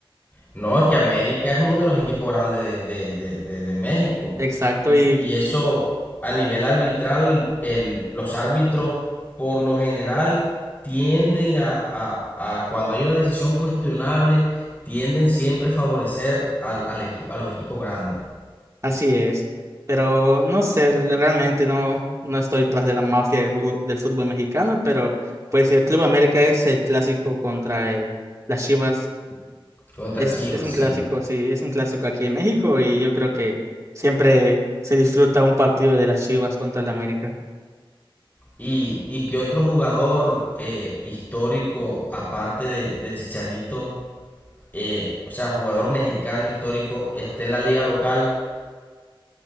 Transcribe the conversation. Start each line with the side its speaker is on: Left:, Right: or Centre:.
Left: No, es que América es uno de los equipos grandes de, de- de- de- de México.
Right: Exacto.
Left: Y,
Right: Y
Left: y eso a nivel arbitral, el- los árbitros por lo general tienden a, a- a cuando hay una decisión cuestionable, tienden siempre a favorecer al, al equipo, a los equipos grandes.
Right: Así es, pero no sé, le- realmente no, no estoy tras de la mafia del, jugo- del fútbol mexicano, pero pues el Club América es el clásico contra el, las Chivas,
Left: Contra
Right: es,
Left: Chivas,
Right: es un clásico,
Left: sí.
Right: sí, es un clásico aquí en México y yo creo que siempre se disfruta un partido de las Chivas contra el América.
Left: ¿Y, y qué otro jugador eh, histórico, aparte de, de Chicharito, eh, o sea, jugador mexicano histórico, esté en la liga local?